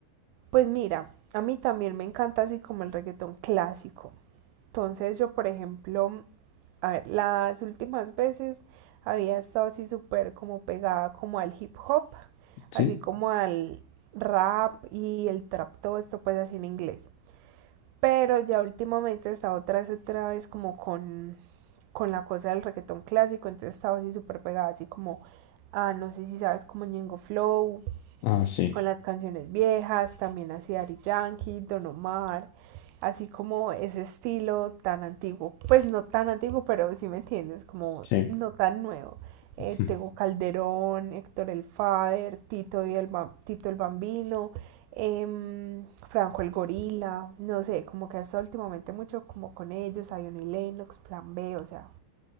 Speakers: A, on the right (about 85°); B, on the left (about 80°).
A: Pues mira, a mí también me encanta así como el reggaetón clásico. Entonces yo, por ejemplo, a ver, las últimas veces había estado así súper como pegada como al hip hop,
B: Sí.
A: así como al rap y el trap, todo esto pues así en inglés. Pero ya últimamente he estado otra vez, otra vez como con, con la cosa del reggaetón clásico, entonces estaba así súper pegada, así como, ah, no sé si sabes como Ñengo Flow,
B: Ah, sí,
A: con las canciones viejas, también así Ari Yankee, Don Omar, así como ese estilo tan antiguo, pues no tan antiguo, pero sí me entiendes, como
B: sí.
A: no tan nuevo. Eh,
B: <laughs>
A: Tego Calderón, Héctor el Father Tito, y el, Tito el Bambino, em, Franco el Gorila, no sé, como que hasta últimamente mucho como con ellos, Ion y Lennox, Plan B, o sea,